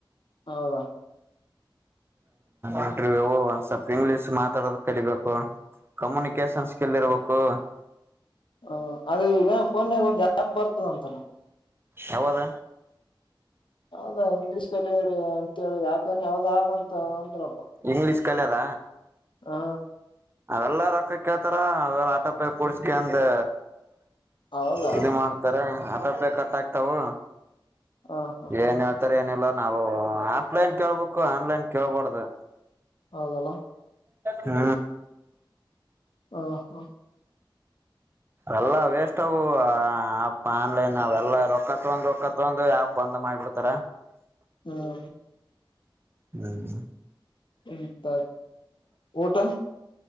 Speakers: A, on the left (about 70°); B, on the right (about 25°).
A: ಹೌದಾ
B: ಇಂಟರ್ವಿವ್ ಒಂದ್ ಸ್ವಲ್ಪ ಇಂಗ್ಲೀಷ್ ಮಾತಾಡೋದ ಕಲಿಬೇಕು ಕಮ್ಯುನಿಕೇಶನ್ ಸ್ಕಿಲ್ ಇರ್ಬೇಕು ಕ್ಕ <unintelligible>
A: ಹ ಅದು ಈಗ ಫೋನ್ನಾಗ ಒಂದ್ ಆ್ಯಪ್ ಬರ್ತದ ಅಂತಲ್ಲ
B: ಯಾವದು
A: ಹೌದಾ ಇಂಗ್ಲೀಷ್ ಕಲಿಯಿರಿ ಅಂತೇಳಿ ಆ್ಯಪ್ ಏನ ಯಾವ್ದ ಆದಂತ ಅಂದ್ರಪ್ಪ
B: ಇಂಗ್ಲಿಷ್ ಕಲಿಯದ?
A: ಹಾ
B: ಅವೆಲ್ಲ ರೊಕ್ಕ ಕೇಳ್ತರ ಅವೆಲ್ಲ ಆಟೋಪೇ ಕೂಡ್ಸ್ಗೆಂದು
A: ಹೌದಾ
B: ಇದು ಮಾಡ್ತರ ಆಟೋಪೇ ಕಟ್ ಆಗ್ತವು
A: ಹಾ ಹಾ
B: ಏನು ಏನಿಲ್ಲ ನಾವು ಆಫ್ಲೈನ್ ಕೇಳ್ಬೇಕು, ಆನ್ಲೈನ್ ಕೇಳ್ಬಾರದು
A: ಹೌದಲ?
B: ಹ್ಮ
A: ಹಾ ಹಾ
B: ಎಲ್ಲಾ ವೇಸ್ಟ್ ಅವು ಆ್ಯಪ್ ಆನ್ಲೈನ್ ಅವೆಲ್ಲಾ ರೊಕ್ಕ ತೊಂಡ್ ರೊಕ್ಕ ತೊಂಡ್ ಆ್ಯಪ್ ಬಂದ್ ಮಾಡ್ಬಿಡ್ತಾರ
A: ಹ್ಮ
B: ಹ್ಮ್
A: ಹ್ಮ ಊಟ